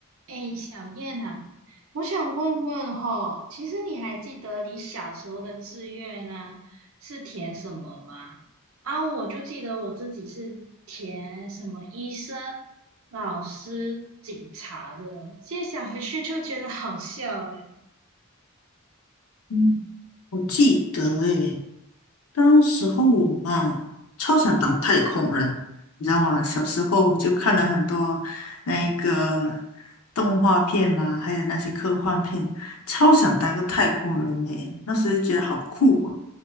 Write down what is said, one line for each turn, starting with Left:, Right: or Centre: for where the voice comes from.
Right: 哎，小燕啊，我想问问吼，其实你还记得你小时候的志愿啊，是填什么吗？啊，我就记得我自己是填什么医生、老师、警察的，现在想回去就觉得好笑哎，
Left: 嗯，我记得诶，当时候我嘛，超想当太空人，你知道吗？小时候就看了很多那一个动画片嘛，还有那些科幻片，超想当一个太空人呢。那时候就觉得好酷哦。